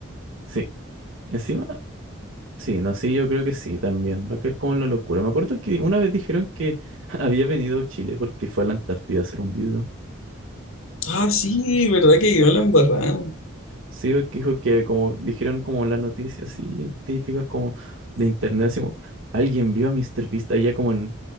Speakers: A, on the right; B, on the left.
A: Sí. Encima, sí, no, sí, yo creo que sí también. Va a caer como en la locura. Me acuerdo que una vez dijeron que <laughs> había venido a Chile porque fue a la Antártida a hacer un video.
B: Ah, sí, verdad que quedó la embarrada.
A: Sí, porque dijo que como dijeron como las noticias así típicas como de internet, así como alguien vio a Mr. Beast allá como en,